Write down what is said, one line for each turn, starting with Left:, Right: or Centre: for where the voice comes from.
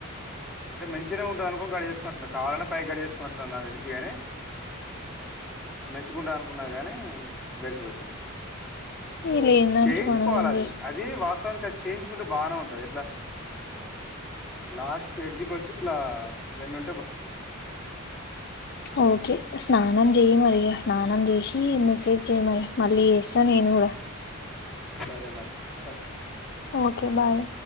Centre: అయితే మంచిగనే ఉంటాది అనుకోని కడు చేసు సుకు కాలాను పై గడి చేసుకున్నట్న్నా నాకు తెలిసిగాని మంచుకుంటా అనుకున్నది కానీ బెడిచి పెట్టిను
Left: ఇగ లేని దానికి
Centre: చేయించుకోవాలి
Left: మనం ఏం
Centre: అది
Left: చేస్తాం
Centre: అది వాస ానికిది చేయించుకుంటే బాగానే ఉంటది ఇట్లా లాస్ట్ ఎర్జీకి వచ్చి ఇట్లా బన్ను
Left: ఓకే స్నానం చేయ మరి ఆ స్నానం చేసి మెసేజ్ చేయ మరి మళ్ళీ చేస్తాను నేను కూడా
Centre: సరే మరి బై్
Left: ఓకే బాయ్